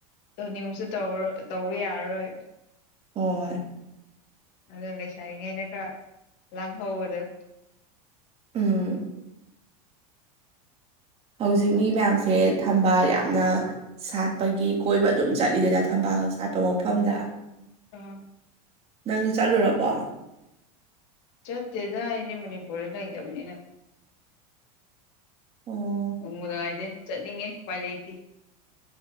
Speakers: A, on the left; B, on the right.
A: ꯇꯧꯅꯤꯡꯕꯁꯨ ꯇꯧꯔꯣ ꯇꯧꯕ ꯌꯥꯔꯔꯣꯏ
B: ꯍꯣꯏ
A: ꯑꯗꯨ ꯂꯩꯁꯥꯔꯤꯉꯩꯗ ꯈꯔ ꯂꯪ ꯍꯧꯕꯗꯣ
B: ꯎꯝ ꯍꯧꯖꯤꯛ ꯃꯤ ꯃꯌꯥꯝꯁꯦ ꯊꯝꯕ ꯌꯥꯝꯅ ꯁꯥꯠꯄꯒꯤ ꯀꯣꯏꯕ ꯑꯗꯨꯝ ꯆꯠꯂꯤꯗꯅ ꯊꯝꯕꯥꯜ ꯁꯥꯠꯄ ꯃꯐꯝꯗ
A: ꯑꯥ
B: ꯅꯪꯗꯤ ꯆꯠꯂꯨꯔꯕꯣ
A: ꯆꯠꯇꯦꯗ ꯑꯩꯗꯤ ꯃꯅꯤꯄꯨꯔꯗ ꯂꯩꯇꯕꯅꯤꯅ
B: ꯑꯣ
A: ꯑꯨꯡꯕꯅꯣꯍꯥꯏꯇꯦ ꯆꯠꯅꯤꯡꯉꯦ ꯎꯄꯥꯏ ꯂꯩꯇꯦ